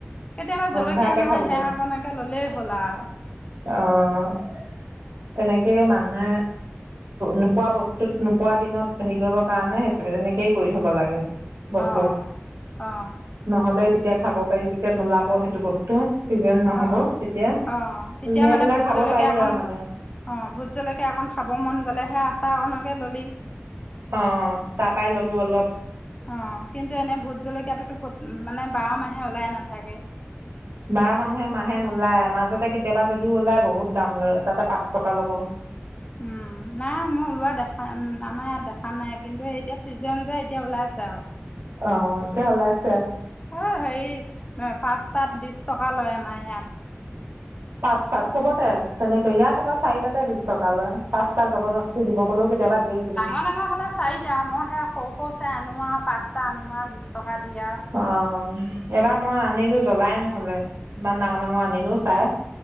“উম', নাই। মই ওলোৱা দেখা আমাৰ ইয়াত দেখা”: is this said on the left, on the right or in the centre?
Left